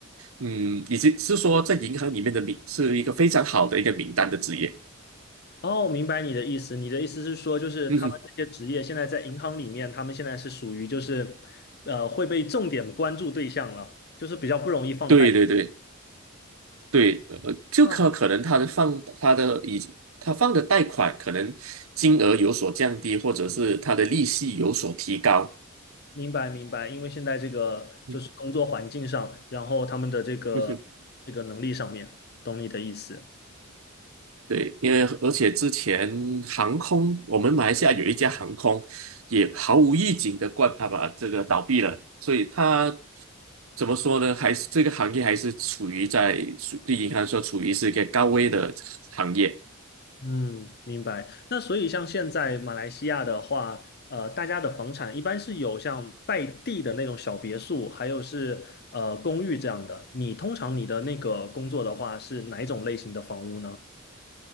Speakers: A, on the right; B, on the left.
A: 嗯，以及是说在银行里面的名是一个非常好的一个名单的职业。
B: 哦，明白你的意思。你的意思是说，就是他们这些职业现在在银行里面，
A: 嗯哼，
B: 他们现在是属于就是，呃，会被重点关注对象了，就是比较不容易放贷。
A: 对对对。对，呃，呃就可可能他的放他的已他放的贷款可能金额有所降低，
B: 哦，
A: 或者是他的利息有所提高。
B: 明白明白。因为现在这个就是工作环境上，
A: 嗯
B: 然后他们的这个这个能力上面，
A: 嗯哼，
B: 懂你的意思。
A: <laughs> 对，因为而且之前航空，我们马来西亚有一家航空也毫无预警的关啊把这个倒闭了，所以它怎么说呢？还是这个行业还是处于在对银行说处于是一个高危的行业。
B: 嗯，明白。那所以像现在马来西亚的话，呃，大家的房产一般是有像带地的那种小别墅，还有是呃公寓这样的。你通常你的那个工作的话是哪一种类型的房屋呢？